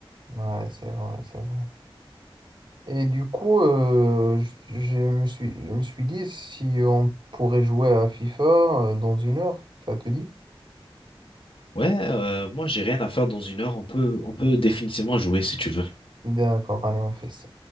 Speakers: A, on the right; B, on the left.
A: Ouais, c'est vrai, c'est vrai. Et du coup, euh, je, je me suis, je me suis dit si on pourrait jouer à FIFA euh, dans une heure, ça te dit?
B: Ouais, euh, moi, j'ai rien à faire dans une heure. On peut, on peut définitivement jouer si tu veux.
A: D'accord, allez, on fait ça.